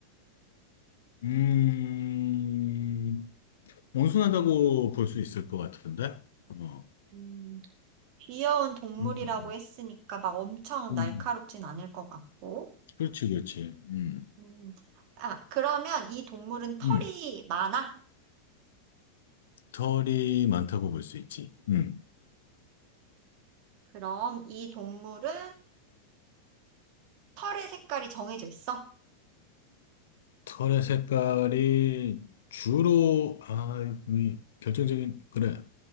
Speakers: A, on the left; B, on the right.
A: 음, 온순하다고 볼 수 있을 것 같은데? 어,
B: 음, 귀여운 동물이라고
A: 음,
B: 했으니까 막 엄청
A: 음,
B: 날카롭진
A: 음.
B: 않을 것 같고.
A: 그렇지, 그렇지. 음,
B: 음, 아, 그러면 이 동물은 털이
A: 음,
B: 많아?
A: 털이 많다고 볼 수 있지. 음,
B: 그럼 이 동물은 털의 색깔이 정해져 있어?
A: 털의 색깔이 주로, 아, 이 결정적인, 그래.